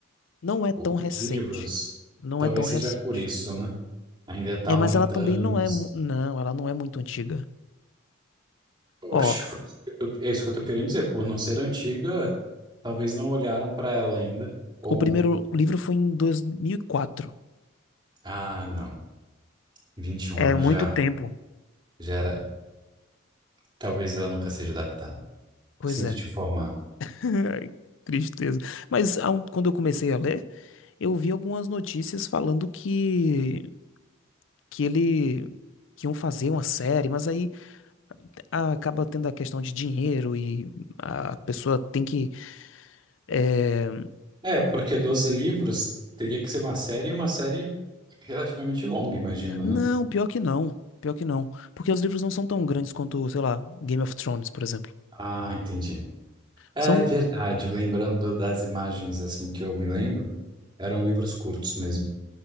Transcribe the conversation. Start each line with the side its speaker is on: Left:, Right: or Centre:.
Left: Não é tão
Right: Pô,
Left: recente.
Right: de livros.
Left: Não
Right: Talvez
Left: é tão recente.
Right: seja por isso, né? Ainda está
Left: É,
Right: aumentando.
Left: mas ela também não é.
Right: assim.
Left: mu- Não, ela não é muito antiga.
Right: Oxe,
Left: Ó,
Right: foi- eu- é isso que eu estou querendo dizer. Por não ser antiga, talvez não olharam para ela ainda. Ou,
Left: o primeiro livro foi em 2004.
Right: ah, não. vinte e um
Left: É
Right: anos
Left: muito
Right: já,
Left: tempo.
Right: já era. Talvez ela nunca seja adaptada.
Left: Pois
Right: Sinto
Left: é.
Right: te informar.
Left: <laughs> Ai, Tristeza. Mas há um- quando eu comecei a ler, eu vi algumas notícias falando que, que ele. que iam fazer uma série, mas aí. ah, acaba tendo a questão de dinheiro e a pessoa tem que. eh,
Right: É, porque 12 livros teria que ser uma série, e uma série relativamente longa, imagino,
Left: Não,
Right: né?
Left: pior que não. Pior que não. Porque os livros não são tão grandes quanto, sei lá, Game of Thrones, por exemplo.
Right: Ah, entendi. É
Left: São.
Right: verdade. Lembrando das imagens assim que eu me lembro, eram livros curtos mesmo.